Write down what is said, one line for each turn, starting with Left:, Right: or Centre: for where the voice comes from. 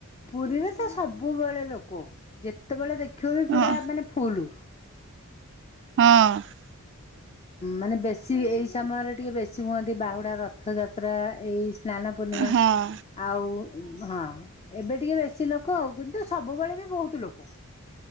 Left: ପୁରୀରେ ତ ସବୁବେଳେ ଲୋକ ଯେତେବେଳେ ଦେଖିବ ବି
Right: ହଁ
Left: ପୁରା ମାନେ ଫୁଲ।
Right: ହଁ।
Left: ମାନେ ବେଶୀ ଏଇ ସମୟରେ ଟିକେ ବେଶୀ ହୁଅନ୍ତି ବାହୁଡ଼ା ରଥଯାତ୍ରା ଏଇ ସ୍ନାନ ପୂର୍ଣ୍ଣିମା
Right: ହଁ।
Left: ଆଉ ହଁ। ଏବେ ଟିକେ ବେଶୀ ଲୋକ ଆଉ କିନ୍ତୁ ସବୁବେଳେ ବି ବହୁତ ଲୋକ।